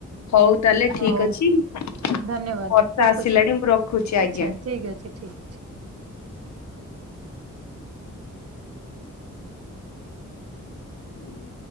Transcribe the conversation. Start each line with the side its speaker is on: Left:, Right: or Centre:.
Left: ହଉ ତାହେଲେ ଠିକ
Right: ହଉ
Left: ଅଛି। ବର୍ଷା
Right: ଧନ୍ୟବାଦ ରଖୁଛି
Left: ଆସିଲାଣି ମୋ ଖୁଛି ଆଜ୍ଞା।
Right: ଆଚ୍ଛା ଠିକ ଅଛି ଠିକ ଅଛି।
Left: ହୁଁ।